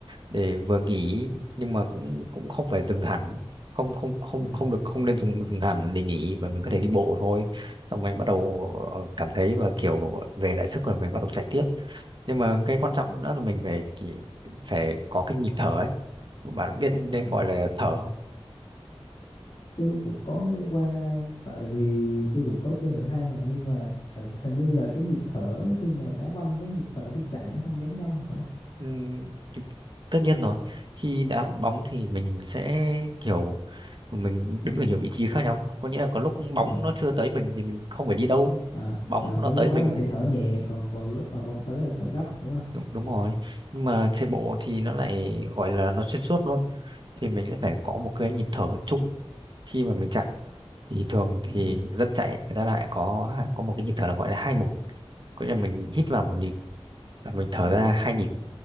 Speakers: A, on the right; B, on the left.
A: để vừa nghỉ nhưng mà cũng cũng không phải dừng hẳn không không không
B: à
A: không được không nên dùng dừng hẳn để nghỉ mà mình có thể đi bộ thôi xong mình bắt đầu ờ, cảm thấy và kiểu về lại sức rồi mình bắt đầu chạy tiếp nhưng mà cái quan trọng nữa là mình phải chỉ phải có cái nhịp thở ấy bạn biết nên
B: à
A: gọi
B: là
A: là
B: phải
A: thở không
B: tôi cũng có nghe qua tại vì tôi cũng có chơi thể thao mà nhưng mà tại hình như là cái nhịp thở khi mà đá banh với nhịp thở khi chạy nó không giống nhau mà phải không?
A: Ừm, tất nhiên rồi khi đá bóng thì mình sẽ kiểu mình đứng ở nhiều vị trí khác nhau có nghĩa là có lúc bóng
B: À,
A: nó chưa tới mình thì mình không phải đi đâu
B: à,
A: bóng
B: à
A: nó
B: có lúc
A: tới mình
B: đó là thì thở nhẹ còn còn lúc mà bóng tới là thở gấp đúng không?
A: đúng, đúng rồi nhưng mà chạy bộ thì nó lại gọi là nó xuyên suốt luôn thì mình sẽ phải có một cái nhịp thở chung khi mà mình chạy thì thường thì
B: à
A: dân chạy ấy, người ta lại có có một cái nhịp thở là gọi là hai một, có nghĩa là mình hít vào một nhịp và mình thở
B: ừ,
A: ra hai nhịp